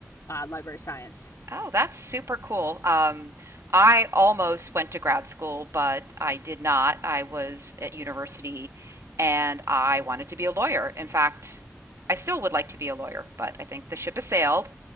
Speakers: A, on the left; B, on the right.
A: uh, library science.
B: Oh, that's super cool. Um, I almost went to grad school, but I did not. I was at university and I wanted to be a lawyer. In fact, I still would like to be a lawyer, but I think the ship has sailed.